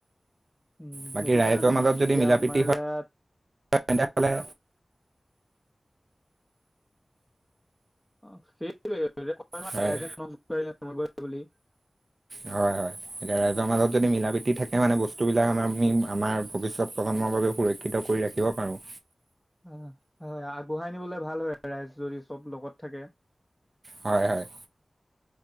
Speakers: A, in the centre; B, on the right (about 60°).
A: উম
B: বাকী,
A: সেইটো
B: ৰাইজৰ
A: কাৰণেই
B: মাজত
A: মানে
B: যদি,
A: এতিয়া
B: মিলা-প্ৰীতি
A: আমাৰ
B: হয়।
A: ইয়াত
B: তেনেহ'লে,
A: অ' সেইটোৱে। <unintelligible> কয় ন'!
B: হয়
A: ৰাইজে নখ জোকাৰিলে নৈ বৈ বুলি।
B: হয়, হয়! এতিয়া, ৰাইজৰ মাজত যদি মিলা-প্ৰীতি থাকে মানে। বস্তুবিলাক আমাৰ, আমি আমাৰ, ভৱিষ্যত প্ৰজন্মৰ বাবে সুৰ ক্ষিত কৰি ৰাখিব পাৰোঁ।
A: অ' হয়! আগবঢ়াই নিবলৈ ভাল হয়, ৰাইজ যদি চব লগত থাকে।
B: হয়, হয়।